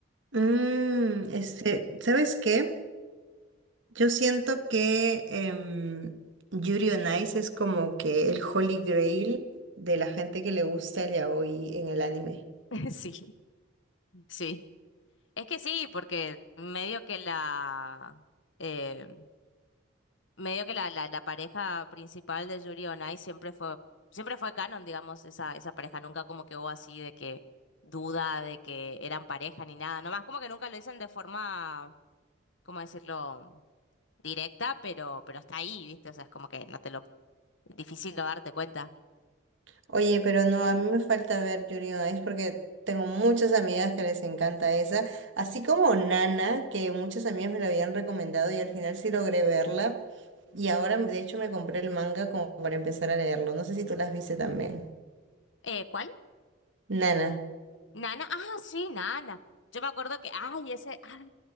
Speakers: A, on the right; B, on the left.
A: Mm, este, ¿sabes qué? Yo siento que em, Yuri on Ice es como que el Holy Grail de la gente que le gusta el yaoi en el anime.
B: <laughs> Sí, sí. Es que sí, porque medio que la eh, medio que la, la, la pareja principal de Yuri on Ice siempre fue, siempre fue canon, digamos, esa, esa pareja. Nunca como que hubo así de que duda de que eran pareja ni nada. Nomás como que nunca lo dicen de forma, ¿cómo decirlo? directa, pero, pero está ahí, ¿viste? O sea, es como que no te lo Difícil no darte cuenta.
A: Oye, pero no, a mí me falta ver Yuri on Ice porque tengo muchas amigas que les encanta esa, así como Nana, que muchas amigas me la habían recomendado y al final sí logré verla y ahora de hecho me compré el manga como para empezar a leerlo. No sé si tú las viste también.
B: Eh, ¿cuál?
A: Nana,
B: Nana. Ah, sí, Nana. Yo me acuerdo que, ay, ese, ah,